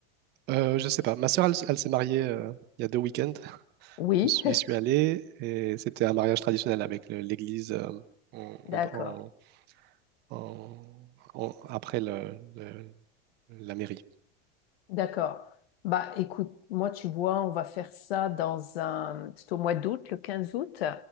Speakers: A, on the right; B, on the left.
A: Euh, je sais pas. Ma sœur, elle, s- elle s'est mariée euh, il y a deux week-ends.
B: Oui,
A: Je suis, j'y suis allé et c'était un mariage traditionnel avec le- l'église euh, en-
B: <laughs> d'accord.
A: en- en- en- après le- le- la mairie.
B: D'accord. Bah, écoute, moi, tu vois, on va faire ça dans un... C'est au mois d'août, le 15 août.